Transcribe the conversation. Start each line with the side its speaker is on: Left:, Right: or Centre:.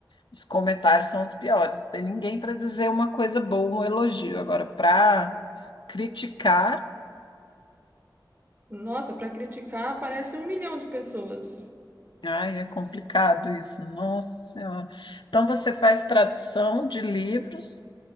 Left: os comentários são os piores. Não Tem ninguém para dizer uma coisa boa, um elogio. Agora, para criticar,
Right: Nossa, para criticar aparece um milhão de pessoas.
Left: ai, é complicado isso. Nossa Senhora. Então, você faz tradução de livros